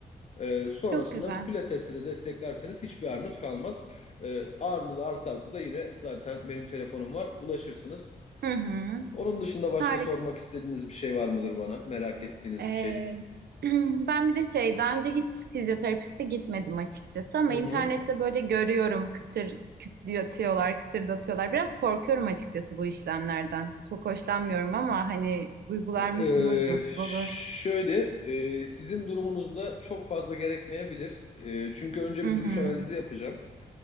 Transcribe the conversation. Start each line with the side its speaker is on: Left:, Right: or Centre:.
Left: E, sonrasında
Right: Çok güzel.
Left: pilatesle de desteklerseniz hiçbir ağrınız kalmaz. E, ağrınız artarsa da yine zaten benim telefonum var. Ulaşırsınız.
Right: Hı hı.
Left: Onun dışında başka
Right: Harika.
Left: sormak istediğiniz bir şey var mıdır bana? Merak ettiğiniz
Right: Ee,
Left: bir şey?
Right: <clears throat> ben bir de şey daha önce hiç fizyoterapiste gitmedim açıkçası ama
Left: Hı
Right: internette
Left: hı.
Right: böyle görüyorum kıtır kütletiyorlar, kıtırdatıyorlar. Biraz korkuyorum açıkçası bu işlemlerden. Çok hoşlanmıyorum ama hani uygular mısınız?
Left: Ee,
Right: Nasıl olur?
Left: şöyle, e, sizin durumunuzda çok fazla gerekmeyebilir. E, çünkü önce
Right: Hı
Left: bir
Right: hı.
Left: duruş analizi yapacağım.